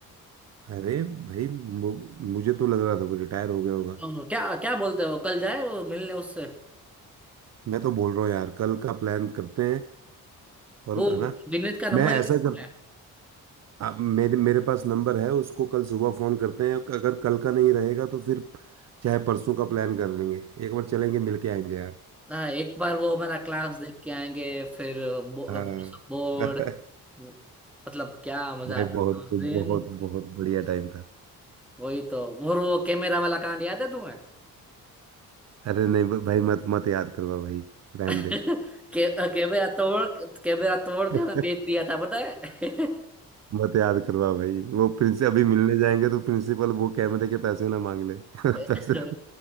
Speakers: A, on the right; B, in the centre.
A: अरे भाई मु- मुझे तो लग रहा था वो रिटायर हो गया होगा
B: तो क्या क्या बोलते हैं वो कल जाए वो मिलने उससे
A: मैं तो बोल रहा हूँ यार कल का प्लान करते हैं और
B: वो
A: है ना
B: विनीत का नंबर
A: मैं
B: लेना
A: ऐसा कर
B: है
A: आ, मेरे मेरे पास नंबर है उसको कल सुबह फोन करते हैं अगर कल का नहीं रहेगा तो फिर चाहे परसों का प्लान कर लेंगे एक बार चलेंगे मिलके आएंगे यार
B: हाँ एक बार वो हमारा क्लास देख के आएंगे फिर बो,
A: हाँ
B: वो सब बोर्ड
A: <laughs>
B: वो- मतलब क्या मजा
A: भाई
B: आता था
A: बहुत
B: उस
A: बहुत
B: दिन
A: बहुत बढ़िया टाइम था
B: वही तो वो वो कैमरा वाला कांड याद है तुम्हें
A: अरे नहीं भाई मत मत याद करवा भाई रहने
B: <laughs>
A: दे
B: के, कैमरा तोड़ कैमरा तोड़
A: <laughs>
B: के मैं बेच दिया था पता है
A: मत याद करवा भाई वो प्रिंस अभी मिलने जाएंगे तो प्रिंसिपल वो कैमरे के पैसे ना मांग ले <laughs> पैसे
B: <laughs>